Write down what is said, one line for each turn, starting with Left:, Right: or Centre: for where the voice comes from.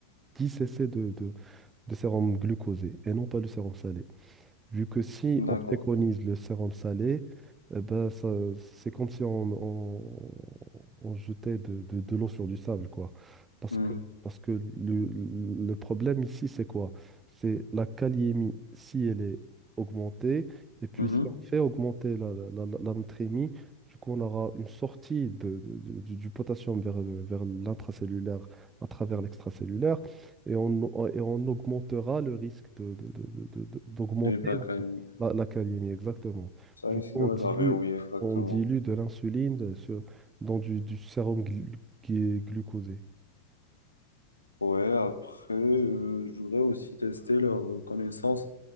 Right: 10 cc de, de, de sérum glucosé et non pas le sérum salé. Vu que si
Left: D'accord.
Right: on préconise le sérum salé, eh ben ça, c'est comme si on, on- on jetait de, de- de l'eau sur du sable, quoi. Parce
Left: Hmm.
Right: que, parce que le, le- le problème ici, c'est quoi? C'est la kaliémie, si elle est augmentée, et puis
Left: Mhm.
Right: si on fait augmenter la, la, la- la- la natrémie, du coup, on aura une sortie de- de- de- du, du potassium vers, le- vers l'intracellulaire à travers l'extracellulaire et on, et on augmentera le risque de, de- de- de- de- d'augmenter
Left: De l'hypercalcémie.
Right: la, la- la calémie, exactement.
Left: Ça
Right: Du
Left: risque
Right: coup,
Left: de l'aggraver,
Right: on dilue,
Left: oui, exactement.
Right: on dilue de l'insuline sur- dans du, du sérum glu- qui est glucosé.
Left: Ouais, après, euh, je voudrais aussi tester leurs connaissances